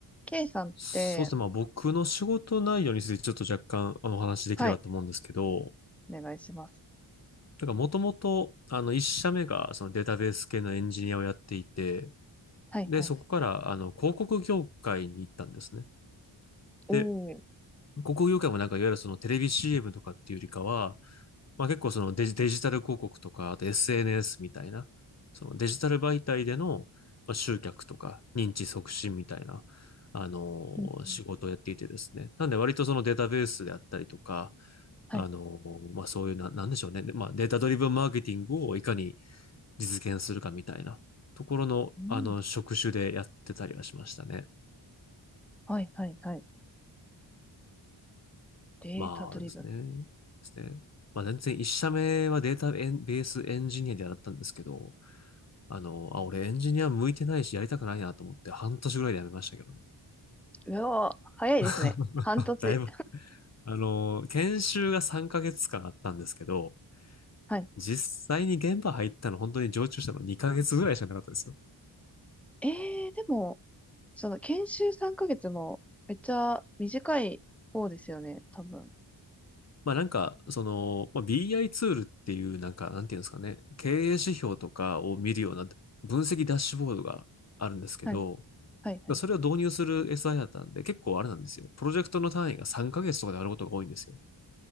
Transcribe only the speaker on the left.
そうですね。まあ僕の仕事内容についてちょっと若干あのお話しできればと思うんですけど、
だからもともとあの一社目がそのデータベース系のエンジニアをやっていて、
で、
そこからあの広告業界に行ったんですね。
で、
広告業界もなんかいわゆるそのテレビ CM とかっていうよりかは、まあ結構そのデジ、デジタル広告とか、あと SNS みたいな、そのデジタル媒体での、まあ、集客とか認知促進みたいな、あの
ー仕事をやっていてですね。なんで割とそのデータベースであったりとか、
あのーまあそういうな、なんでしょうね。でまあデータドリブンマーケティングをいかに実現するかみたいなところの、
あの、職種でやってたりはしましたね。
まあですね。ですね。まあ全然一社目はデータベースエンジニアでやったんですけど、あの、あ、俺エンジニア向いてないしやりたくないなと思って半年ぐらいで辞めましたけどね。
<laughs>
だいぶ。あの、研修が3ヶ月間あったんですけど、
実際に現場入ったの本当に常駐したの2ヶ月ぐらいしかなかったですよ。
まあなんか、その、まあ、BI ツールっていうなんか、なんていうんですかね、経営指標とかを見るような分析ダッシュボードがあるんですけど、
それを導入する SI だったんで、結構あれなんですよ。プロジェクトの単位が3ヶ月とかであることが多いんですよ。っ